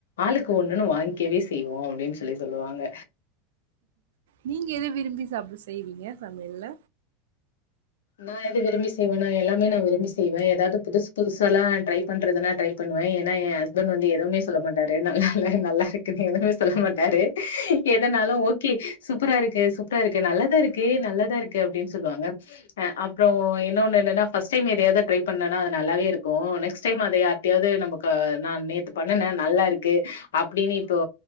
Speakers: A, on the left (about 85°); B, on the right (about 75°).
A: ஆளுக்கு ஒண்ணுன்னு வாங்கிக்கவே செய்வோ அப்டின்னு சொல்லி சொல்லுவாங்க
B: நீங்க எத விரும்பி சாப்ட செய்வீங்க சமையல்ல
A: நா எது விரும்பி செய்வேன்னா எல்லாமே நா விரும்பி செய்வ எதாவது புது புதுசால்லாம ட்ரை பண்றதுனா ட்ரை பண்ணுவே ஏன்னா என் ஹஸ்பண்ட் வந்து எதுவுமே சொல்ல மாட்டாரு நல்லா இல்ல நல்லா இருக்குன்னு எதுவுமே சொல்ல மாட்டாரு எதனாலு ஓகே சூப்பரா இருக்கு சூப்பரா இருக்கு நல்லதா இருக்கு நல்லதா இருக்கு அப்டின்னு சொல்லுவாங்க அ அப்றோ என்னொன்னு என்னன்னா ஃபஸ்ட் டைம் எதயாது ட்ரை பண்ணன்னா அது நல்லாவே இருக்கு நேக்ஸ்ட் டைம் அத யார் கிட்டயாவது நம்பக்கு நா நேத்து பண்ணுன நல்லா இருக்கு அப்டின்னு இப்போ